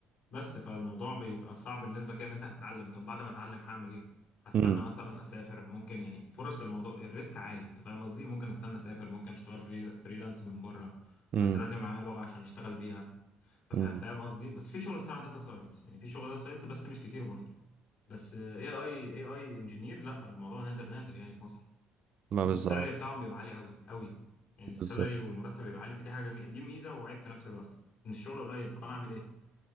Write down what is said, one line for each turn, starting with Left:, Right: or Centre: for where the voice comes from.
Left: بس فالموضوع بيبقى صعب بالنسبة كده ان انت هتتعلم طب بعد ما اتعلم هعمل ايه هستنى
Right: امم
Left: مثلا اسافر ممكن يعني فرص الموضوع الريسك عالي انت فاهم قصدي ممكن استنى اسافر ممكن اشتغل فري فريلانس من بره
Right: امم
Left: بس لازم معايا لغة عشان اشتغل بيها ففا-
Right: امم
Left: فاهم قصدي بس في شغل الصراحة داتا ساينس يعني في شغل داتا ساينس بس مش كتير برضه بس اي اي اي اي انجينير لا الموضوع نادر نادر يعني في مصر
Right: ما بالظبط
Left: والسالري بتاعهم بيبقى عالي قوي قوي يعني
Right: بالظبط
Left: السالري والمرتب بيبقى عالي فدي حاجة جميلة دي ميزة وعيب في نفس الوقت ان الشغل قليل طب انا اعمل ايه